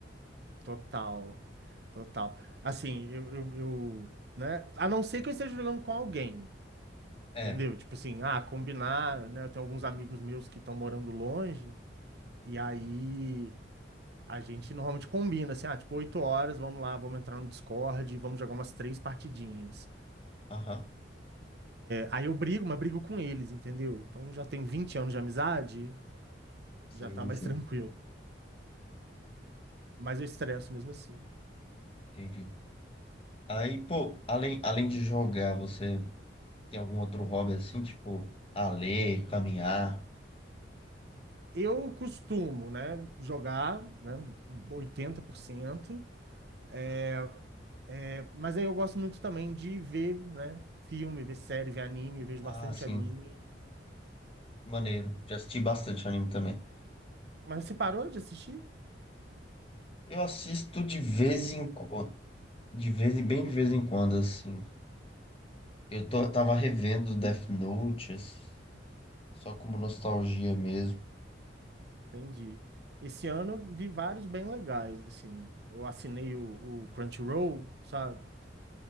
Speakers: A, on the right; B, on the left.
A: Total, total. Assim, eu, eu, eu, né? A não ser que eu esteja jogando com alguém,
B: É,
A: entendeu? Tipo assim, ah, combinar, né? Eu tenho alguns amigos meus que estão morando longe, e aí a gente normalmente combina, assim, ah, tipo, oito horas, vamos lá, vamos entrar no Discord, e vamos jogar umas três partidinhas.
B: aham.
A: Aí eu brigo, mas brigo com eles, entendeu? Então já tem 20 anos de amizade,
B: Sim,
A: já tá mais
B: sim,
A: tranquilo. Mas eu estresso mesmo assim.
B: entendi. Aí, pô, além, além de jogar, você tem algum outro hobby assim, tipo, a ler, caminhar?
A: Eu costumo, né, jogar, né, 80%. é, é, mas aí eu gosto muito também de ver, né, filme, ver série, ver anime, vejo
B: Ah,
A: bastante
B: sim.
A: anime.
B: Maneiro. Já assisti bastante anime também.
A: Mas você parou de assistir?
B: Eu assisto de vez em quando, de vez em bem de vez em quando, assim. Eu tô, tava revendo Death Note, assim, só como nostalgia mesmo.
A: Entendi. Esse ano eu vi vários bem legais, assim. Eu assinei o, o Crunchyroll, sabe?